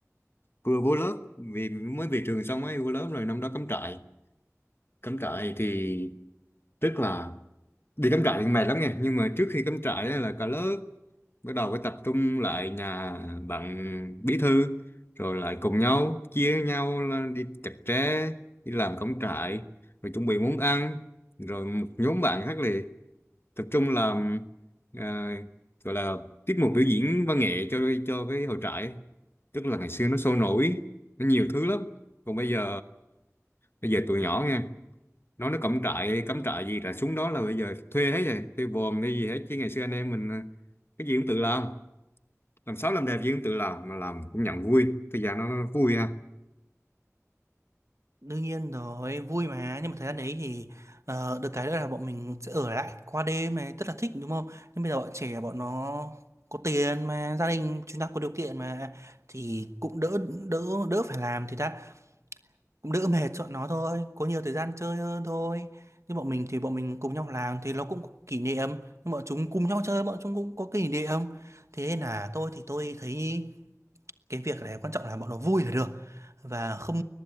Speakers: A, on the left; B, on the right.
A: vừa vô lớp vì mới về trường xong ấy vô lớp rồi năm đó cắm trại cắm trại thì tức là đi cắm trại thì mệt lắm nha nhưng mà trước khi cắm trại á là cả lớp bắt đầu phải tập trung lại nhà bạn bí thư rồi lại cùng nhau chia nhau là đi chặt tre đi làm cắm trại rồi chuẩn bị món ăn rồi một nhóm bạn khác là tập trung làm à, gọi là tiết mục biểu diễn văn nghệ cho cho cái hội trại tức là ngày xưa nó sôi nổi nó nhiều thứ lắm còn bây giờ bây giờ tụi nhỏ nghe nói nó cắm trại cắm trại gì là xuống đó là bây giờ thuê hết rồi thuê vòm hay gì hết chứ ngày xưa anh em mình à, cái gì cũng tự làm làm xấu làm đẹp gì cũng tự làm mà làm cũng nhận vui thời gian nó, nó vui ha
B: đương nhiên rồi vui mà nhưng mà thời gian đấy thì ờ, được cái nữa là bọn mình sẽ ở lại qua đêm này rất là thích đúng không nhưng bây giờ bọn trẻ bọn nó có tiền mà gia đình chúng ta có điều kiện mà thì cũng đỡ đỡ đỡ phải làm thì ta cũng đỡ mệt cho bọn nó thôi có nhiều thời gian chơi hơn thôi nhưng bọn mình thì bọn mình cùng nhau làm thì nó cũng có kỷ niệm nhưng bọn chúng cùng nhau chơi bọn chúng cũng có kỷ niệm thế nên là tôi thì tôi thấy cái việc này quan trọng là bọn nó vui là được và không